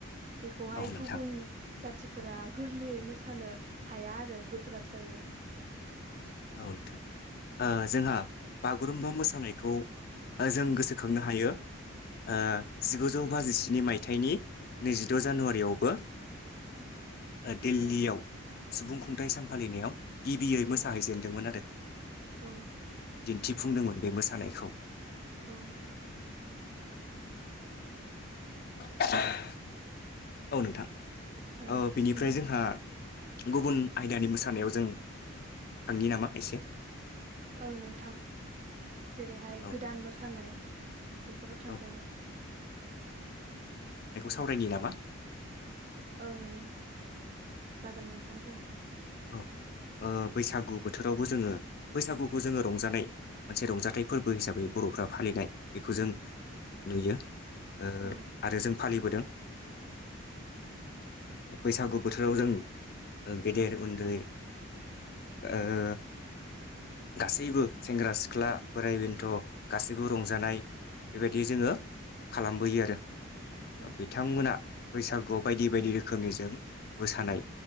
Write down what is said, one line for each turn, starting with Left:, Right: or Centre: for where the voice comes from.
Right: बेखौहाय
Left: औ नोंथां
Right: गुबुन जाथिफोरा गोर गोरलैयै मोसानो हाया आरो गोब्राब जायो।
Left: औ नोंथां ओ जोंहा बाग गुरुमबा मोसानायखौ ओ जों गोसोखांनो हायो, ओ जिगुजौ बाजिस्नि मायथाइनि नैजिद' जानुवारियावबो। ओ दिल्लीयाव।
Right: औ
Left: सुबुं खुंथाइ सान फालिनायाव। गिबियै
Right: औ
Left: मोस दोंमोन आदो
Right: औ
Left: दिन्थिफुंदोंमोन बे मोसानायखौ।
Right: औ
Left: <inaudible> औ नोंथां।
Right: ओं
Left: औ बिनिफ्राय
Right: नंगौ
Left: जोंहा गुबुन आयदानि मोसानायाव जों थांनि नामा एसे?
Right: ओं नोंथां। जेरैहाय
Left: औ
Right: गोदान मोसानाय बेफोराव थांजागोन।
Left: औ फावरायनि नामा।
Right: ओं जागोन नोंथां बुं।
Left: औ ओ बैसागु बोथोरावबो जोङो बैसागुखौ जोङो रंजानाय मोनसे रंजाथाइ फोरबो हिसाबै बर'फ्रा फालिनाय बेखौ जों नुयो। ओ
Right: औ
Left: आरो जों फालिबोदों। बैसागु बोथोराव जों गेदेर उन्द दै ओ गासैबो सेंग्रा सिख्ला बोराइ बेन्थ' गासैबो रंजानाय बेबायदि जोङो खालामबोयो आरो।
Right: औ
Left: बिथांमोना बैसागुआव बायदि बायदि रोखोमनि जों मोसानाय